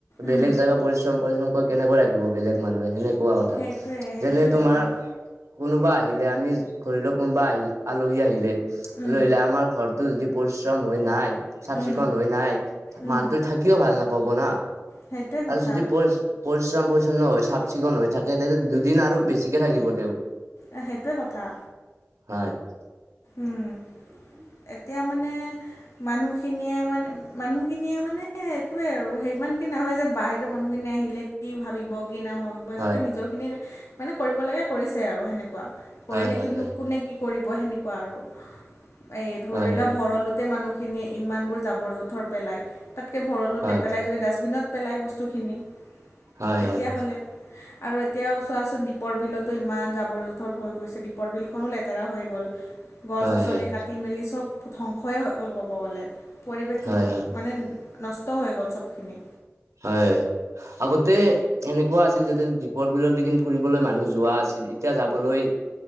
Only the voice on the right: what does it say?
বেলেগ
জেগা, পৰিশ্ৰম, পৰিশ্ৰম কৰি কেনেকৈ ৰাখিব বেলেগ মানুহে, তেনেকে কোৱা কথা,
যেনে তোমাৰ
কোনোবা আহিলে, আমি, ঘৰিলে, কোনোবা আহিলে, আলহী আহিলে,
আলহী আমাৰ ঘৰ যদি পৰিশ্ৰম হৈ নাই চাফ
চিকুন হৈ নাই,
মানুহটো থাকিও ভাল নাপাব না,
আৰু যদি পৰি, পৰিশ্ৰম, পৰিচ্ছন্ন হৈ চাফ চিকুণ হৈ থাকে, তেন্তে দুদিন আৰু বেছিকে থাকিব তেওঁ
হয়। <unintelligible>
হয়
হয় হয়
হয়
হয়
হয়
হয়
হয়
হয়
হয়
হয় হয়
হয়
হয়, আগতে এনেকুৱা আছিল যাতে দ্বীপৰ বিলৰ দেখি ফুৰিবলৈ মানুহ যোৱা আছিল। এতিয়া যাবলৈ,